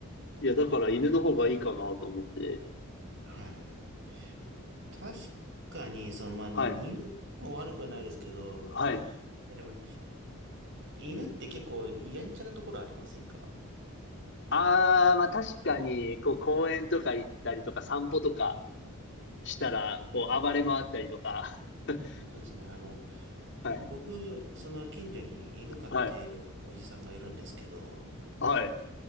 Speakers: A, on the left; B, on the right.
A: いや、だから犬の方がいいかなと思って。
B: <laughs> はい。確かに、その、まあ、犬も悪くはないですけど、
A: はい。はい。
B: でも、犬って結構やんちゃなところありませんか
A: ああ、まあ確かに、こう公園とか行ったりとか散歩とか
B: はい
A: したら、こう暴れ回ったりとか。<laughs>
B: そうですね。あの、
A: はい。
B: 僕、その近所に犬飼っているおじさんがいるんですけど、
A: はい。はい。